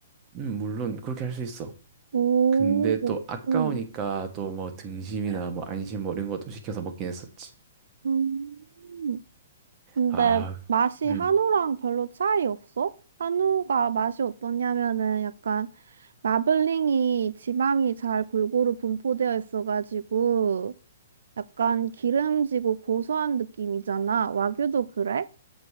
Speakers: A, on the right; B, on the right.
A: 음, 물론 그렇게 할 수 있어.
B: 오,
A: 근데 또 아까우니까
B: 응,
A: 또 뭐 등심이나 뭐 안심 뭐 이런 것도 시켜서 먹긴 했었지.
B: 음. 근데
A: 아,
B: 맛이
A: 음.
B: 한우랑 별로 차이 없어? 한우가 맛이 어떠냐면은 약간 마블링이 지방이 잘 골고루 분포되어 있어가지고 약간 기름지고 고소한 느낌이잖아. 와규도 그래?